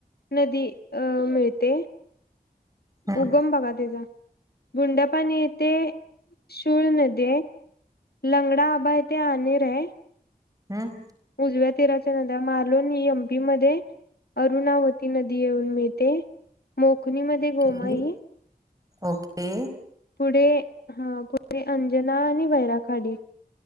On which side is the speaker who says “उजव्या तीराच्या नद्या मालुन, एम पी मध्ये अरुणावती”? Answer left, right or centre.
Left